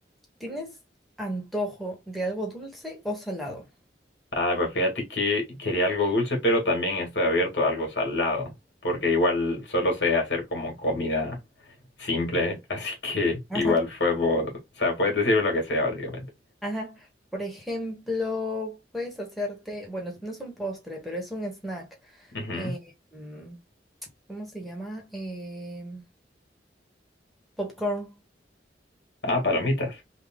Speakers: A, in the centre; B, on the left.
A: ¿tienes antojo de algo dulce o salado?
B: ah, pues fíjate que quería algo dulce, pero también estoy abierto a algo salado, porque igual solo sé hacer como comida simple, <laughs> así que
A: Ajá.
B: igual fue, bo- o sea, puedes decirme lo que sea, básicamente.
A: Ajá. Por ejemplo, puedes hacerte, bueno, es- no es un postre, pero es un snack.
B: Ujú.
A: eh, mm, ¿cómo se llama? Em, popcorn.
B: Ah, palomitas.